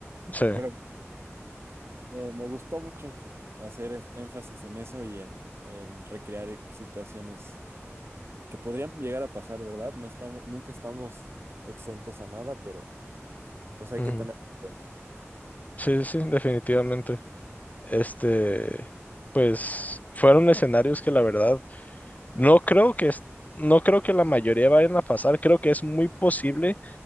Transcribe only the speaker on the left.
Sí,
ujú,
Sí, sí, definitivamente. Este, pues fueron escenarios que la verdad no creo que es- no creo que la mayoría vayan a pasar, creo que es muy posible